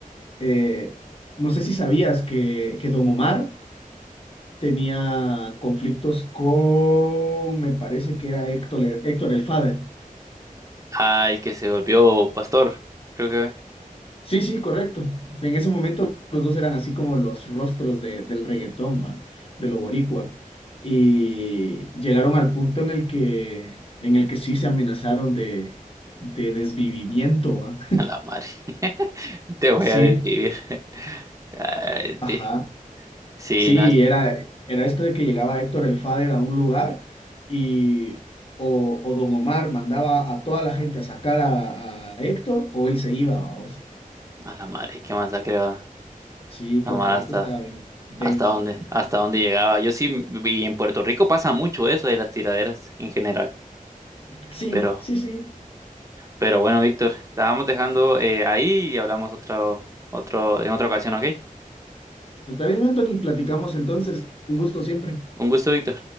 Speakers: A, on the left; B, on the right.
A: eh, no sé si sabías que, que Don Omar tenía conflictos con, me parece que era Héctor, Héctor el Father.
B: al que se golpeó Pastor, creo que.
A: Sí, sí, correcto. En ese momento los dos eran así como los rostros de- del reggaetón, ¿va? De lo boricua. Y llegaron al punto en el que, en el que sí se amenazaron de, de desvivimiento, ¿va?
B: <laughs> A la madre. <laughs> Te voy
A: Sí,
B: a desvivir. <laughs> Ay,
A: ajá.
B: te- Sí,
A: Sí,
B: no es.
A: era, era esto de que llegaba Héctor el Father a un lugar y o, o Don Omar mandaba a toda la gente a sacar a, a Héctor o él se iba, vamos.
B: A la madre, qué masacre va.
A: Sí, Puerto
B: Amar
A: Rico
B: hasta.
A: está bien denso.
B: ¿Hasta dónde? ¿Hasta dónde llegaba? Yo sí viví en Puerto Rico, pasa mucho eso de las tiraderas en general.
A: Sí,
B: Pero,
A: sí, sí.
B: pero bueno, Víctor, la vamos dejando eh, ahí y hablamos otro, otro, en otra ocasión, ¿ok?
A: Está bien, Anthony, platicamos entonces. Un gusto siempre.
B: Un gusto, Víctor.